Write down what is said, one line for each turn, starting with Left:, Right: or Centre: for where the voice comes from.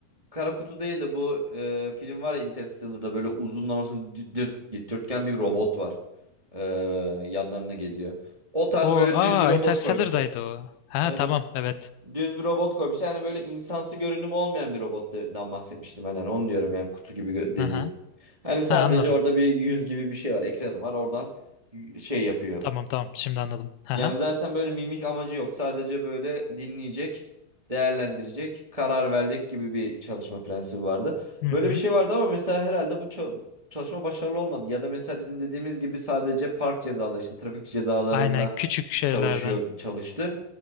Right: Kara kutu değil de bu e, film var ya Interstellar'da böyle uzunlamasını dü- dü- dikdörtgen bir robot var. E, yanlarına geziyor. O tarz
Left: O
Right: böyle
Left: aa
Right: düz bir robot
Left: Interstellar'daydı
Right: koymuşlar.
Left: o. Ha
Right: Evet,
Left: tamam
Right: evet.
Left: evet.
Right: Düz bir robot koymuşlar. Yani böyle insansı görünüm olmayan bir robottan bahsetmiştim ben. Yani onu diyorum yani kutu gibi gö- dediğim.
Left: Aha.
Right: Hani sadece
Left: Ha anladım.
Right: orada bir yüz gibi bir şey var, ekranı var. Oradan y- şey yapıyor.
Left: Tamam tamam şimdi anladım. Hı
Right: Yani zaten böyle mimik amacı yok. Sadece böyle dinleyecek, değerlendirecek, karar verecek gibi bir çalışma prensibi vardı.
Left: Hı
Right: Böyle
Left: hı.
Right: bir şey vardı ama mesela herhalde bu ça- çalışma başarılı olmadı. Ya da mesela bizim dediğimiz gibi sadece park cezaları işte trafik cezalarında
Left: Aynen küçük şeylerde
Right: çalışıyor çalıştı.